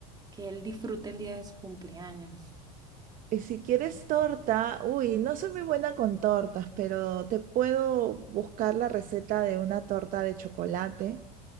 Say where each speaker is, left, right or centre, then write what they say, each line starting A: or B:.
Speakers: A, on the right; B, on the right.
A: que él disfrute el día de su cumpleaños.
B: Y si quieres torta, uy, no soy muy buena con tortas, pero te puedo buscar la receta de una torta de chocolate,